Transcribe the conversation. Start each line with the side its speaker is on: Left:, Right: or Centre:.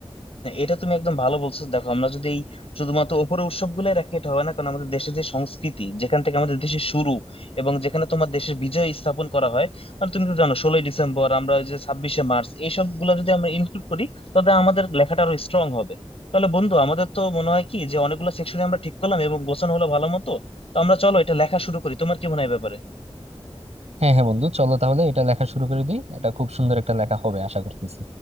Left: না, এটা তুমি একদম ভালো বলছো দেখো আমরা যদি এই শুধুমাত্র উপরের উৎসব গুলাই রাখি এটা হবে না কারণ আমাদের দেশের যে সংস্কৃতি যেখান থেকে আমাদের দেশের শুরু এবং যেখানে তোমার দেশের বিজয় স্থাপন করা হয় মানে তুমি তো জানো ষোলোই ডিসেম্বর আমরা ওই যে ছাব্বিশে মার্চ এইসব গুলো যদি আমরা ইনক্লুড করি তবে আমাদের লেখাটা আরো স্ট্রং হবে তাহলে বন্ধু আমাদের তো মনে হয় কি যে অনেকগুলো সেকশনে আমরা ঠিক করলাম এবং গোছানো হলো ভালো মতো তো আমরা চলো এটা লেখা শুরু করি তোমার কি মনে হয় এ ব্যাপারে
Right: হ্যাঁ হ্যাঁ বন্ধু চলো তাহলে এটা লেখা শুরু করে দিই এটা খুব সুন্দর একটা লেখা হবে আশা করতেছি